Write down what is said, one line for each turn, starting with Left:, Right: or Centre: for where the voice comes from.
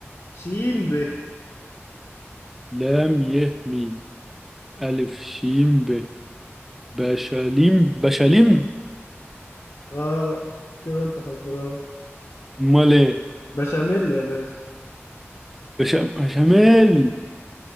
Left: شين ب
Centre: لام ي مي ألف شين ب بشاليم بشاليم
Left: غلط كده انت خسران
Centre: امال ايه
Left: بشاميل يا باشا
Centre: بشا- بشاميل